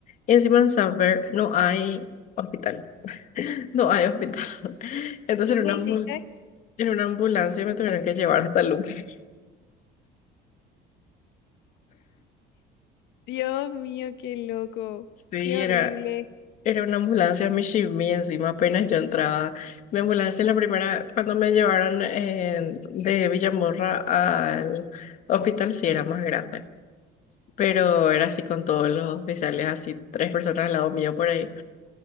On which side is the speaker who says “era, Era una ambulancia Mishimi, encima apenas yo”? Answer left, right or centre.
Left